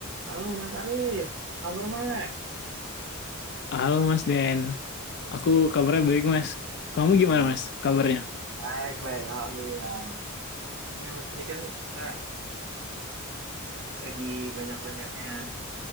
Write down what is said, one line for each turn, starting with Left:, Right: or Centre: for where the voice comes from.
Right: Halo Mas Arief, apa kabar Mas?
Left: Halo Mas Den, aku kabarnya baik Mas. Kamu
Right: Oh
Left: gimana
Right: iya,
Left: Mas kabarnya?
Right: baik, baik, alhamdulillah. Ya, Mas ini kan kita lagi banyak-banyaknya